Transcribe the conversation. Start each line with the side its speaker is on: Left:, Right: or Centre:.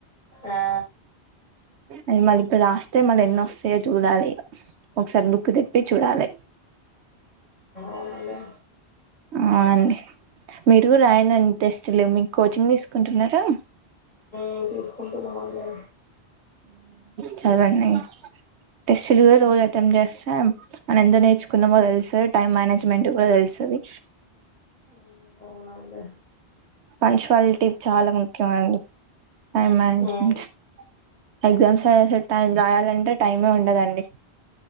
Left: ఆ
Right: అ మళ్ళీ ఇప్పుడు రాస్తే మళ్ళ ఎన్నొస్తాయో చూడాలి ఒకసారి బుక్ తిప్పి చూడాలి
Left: అవునండి
Right: అవునండి మీరు రాయండండి టెస్టులు మీకు కోచింగ్ తీసుకుంటున్నారా
Left: నేను తీసుకుంటున్నామండి
Right: చదండి టెస్ట్లు కూడా రోజు అటెండ్ చేస్తా మన ఎంద నేర్చుకున్నామో తెలుసంది టైం మేనేజ్మెంట్ కూడా తెలుసంది
Left: ఉమ్ అవునండి
Right: పంక్షువాలిటీ చాలా ముఖ్యం అండి టైం మేనేజ్మెంట్
Left: మ్మ్
Right: ఎగ్జామ్స్ అ ట రాయాలంటే టైమే ఉండదండి